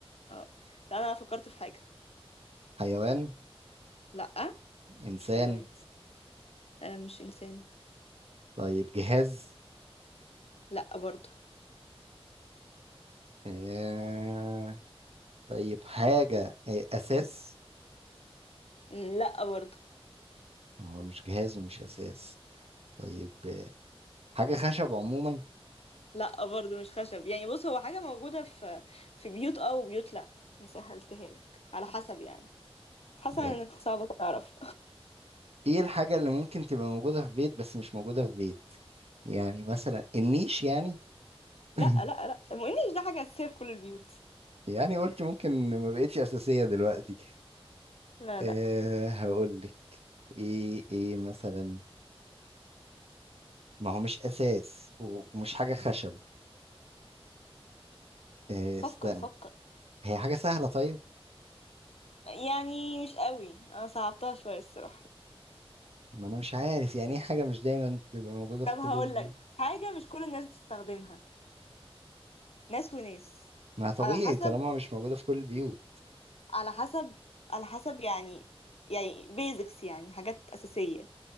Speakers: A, on the left; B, on the right.
A: اه لا أنا فكرت في حاجة
B: حيوان
A: لأ
B: انسان
A: مش حيوان آه مش إنسان
B: طيب جهاز
A: لأ برضو
B: آه... طيب حاجة آه... اساس
A: مم، لأ برضو
B: هو مش جهاز ومش اساس طيب آه... حاجة خشب عموما
A: لأ برضو مش خشب يعني بص هو حاجة موجودة في في بيوت اه وبيوت لأ مسهلتها لك على حسب يعني حسب
B: يعني
A: انك صعب تعرف
B: ايه الحاجة اللي ممكن تبقى موجودة في بيت بس مش موجودة في بيت يعني مثلا النيش يعني
A: لا
B: <laughs>
A: لا لا الانجليش ده حاجة أساسية في كل البيوت
B: يعني قلت ممكن ما بقتش اساسيه دلوقتي
A: لا
B: أه
A: لا
B: هقول لك ايه ايه مثلا ما هو مش اساس ومش حاجه خشب أه
A: فكر
B: استنى
A: فكر
B: هي حاجه سهله طيب
A: يعني مش قوي انا صعبتها شوية الصراحة
B: ما انا مش عارف يعني ايه حاجه مش دايما تبقى موجوده في
A: طب هقول
B: كل البيوت
A: لك حاجة مش كل الناس بتستخدمها ناس وناس
B: ما طبيعي
A: على حسب
B: طالما مش موجوده في كل البيوت
A: على حسب على حسب يعني يعني بيزكس يعني حاجات أساسية